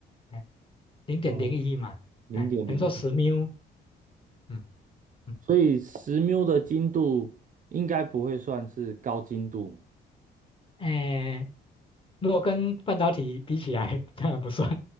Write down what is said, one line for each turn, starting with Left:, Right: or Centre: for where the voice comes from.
Left: 哎，零点零一嘛，
Right: 哦，零点零一，
Left: 哎，等于说十秒，嗯嗯，
Right: 所以十缪的精度应该不会算是高精度。
Left: 哎。如果跟半导体比起来，当然不算。